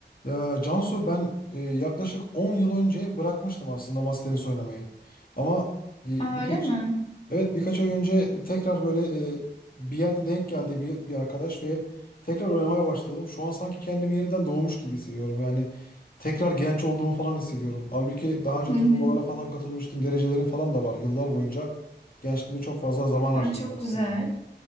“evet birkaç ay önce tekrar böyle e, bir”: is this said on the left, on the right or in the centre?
Left